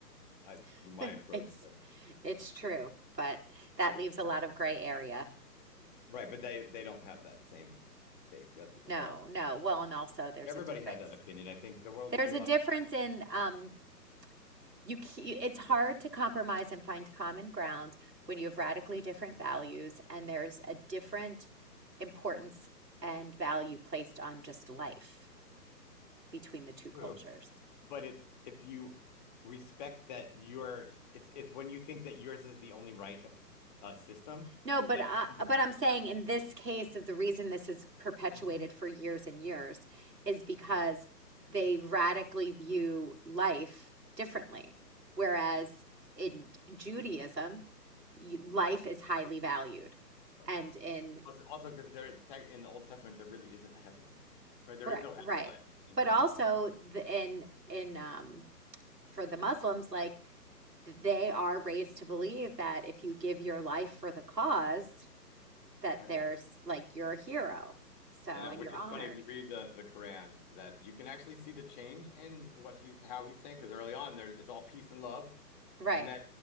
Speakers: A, on the left; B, on the right.
A: that's
B: <laughs>
A: my approach
B: It's
A: to it
B: It's true, but that leaves a lot of gray area.
A: Right, but they they don't have that same take. That's the
B: No,
A: problem.
B: no. Well, and also there's
A: Everybody
B: a difference.
A: had that opinion. I think the world
B: There's
A: would be a
B: a
A: lot
B: difference in um you c- it's hard to compromise and find common ground when you have radically different values and there's a different importance and value placed on just life between the two cultures.
A: true. But it's if you respect that yours, it's it's when you think that yours is the only right op- uh, system
B: No, but
A: that
B: I,
A: it becomes
B: but
A: a problem.
B: I'm saying in this case of the reason this is perpetuated
A: hmm
B: for years and years is because they radically view life differently. Whereas in Judaism, life is highly valued,
A: Right.
B: and in
A: Also, also because there tech in the Old Testament there really isn't a heaven. Right. There
B: right,
A: is no
B: right,
A: afterlife in
B: but
A: in.
B: also the, in in um, for the Muslims, like they are raised to believe that if you give your life for the cause, that
A: I
B: there's
A: know.
B: like you're a hero. So,
A: I know,
B: and
A: which
B: you're
A: is
B: honored.
A: funny if you read the the Quran that you can actually see the change in what he's how he's saying because early on there's it's all peace and love,
B: Right.
A: and then